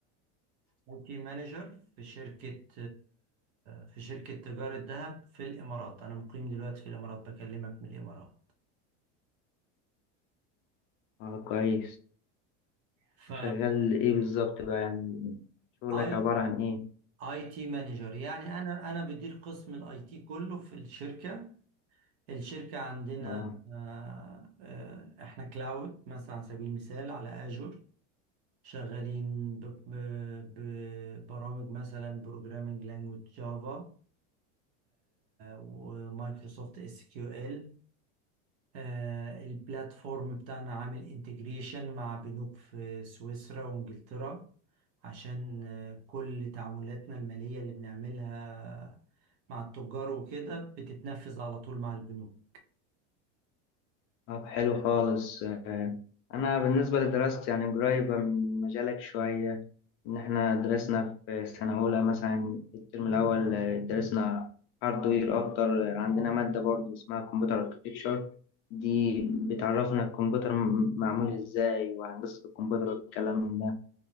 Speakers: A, on the right; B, on the left.
A: اي تي مانجر في شركة في شركة تجارة ذهب في الامارات انا مقيم دلوقتي في الامارات بكلمك من الامارات
B: أه كويس
A: ف
B: شغال إيه بالظبط بقى يعني شغلك
A: اي
B: عبارة عن إيه؟
A: اي تي مانجر يعني انا انا بدير قسم الاي تي كله في الشركه الشركه عندنا
B: أه
A: آه، آه، احنا كلاود مثلا على سبيل المثال على اجور شغالين ب- ب- ببرامج مثلا بروجرامينج لانجويج جافا ومايكروسوفت اس كيو ال آه، البلاتفورم بتاعنا عامل انتجريشن مع بنوك في سويسرا وانجلترا عشان آه، كل تعاملاتنا المالية اللي بنعملها مع التجار وكده بتتنفذ على طول مع البنوك
B: طب حلو خالص آه، أنا بالنسبة لدراستي يعني قريبة من مجالك شوية إن إحنا درسنا في سنة أولى مثلا الترم الأول آه، درسنا هاردوير أكتر آه، عندنا مادة برضه اسمها كمبيوتر أركتكتشر دي بتعرفنا الكمبيوتر م- معمول إزاي وهندسة الكمبيوتر والكلام ده